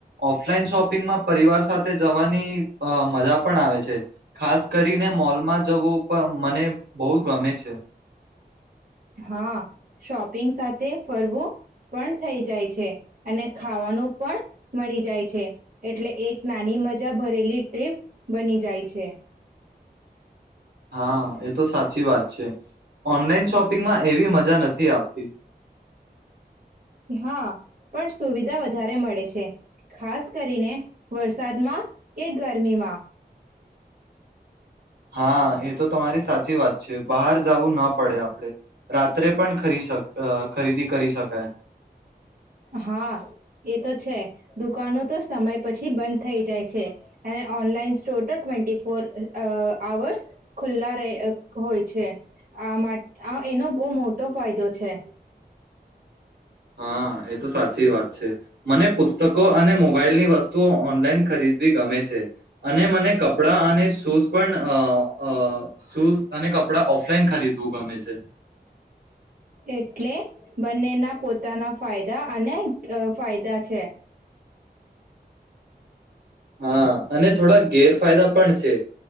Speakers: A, on the right; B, on the right.
A: ઓફલાઈન શોપિંગમાં પરિવાર સાથે જવાની અહ મજા પણ આવે છે, ખાસ કરીને મોલમાં જવું પ મને બહુ ગમે છે.
B: હા, શોપિંગ સાથે ફરવું પણ થઈ જાય છે અને ખાવાનું પણ મળી જાય છે. એટલે એક નાની મજા ભરેલી ટ્રીપ બની જાય છે.
A: હા, એ તો સાચી વાત છે. ઓનલાઈન શોપિંગમાં એવી મજા નથી આવતી.
B: હા, પણ સુવિધા વધારે મળે છે. ખાસ કરીને વરસાદમાં કે ગરમીમાં.
A: હા એ તો તમારી સાચી વાત છે. બહાર જાવું ના પડે આપડ. રા ત્રે પણ ખરી શક અહ ખરીદી કરી શકાય.
B: હા, એ તો છે દુકાનો તો સમય પછી બંધ થઈ જાય છે અને ઓનલાઈનસ તોટો ટ્વેન્ટી ફોર અહ આવર્સ ખુલ્લા રહે અક હોય છે. આ માટ આ એનો બહુ મોટો ફાયદો છે.
A: હા, એ તો સાચી વાત છે. મને પુસ્તકો અને મોબાઈલની વસ્તુઓ ઓનલાઈન ખરીદવી ગમે છે. અને મને કપડાં અને શૂઝ પણ અહ અહ શૂઝ અને કપડા ઓફલાઈન ખરીદવું ગમે છે.
B: એટલે બંનેના પોતાના ફાયદા અને અહ ફાયદા છે.
A: હા અને થોડા ગેરફાયદા પણ છે.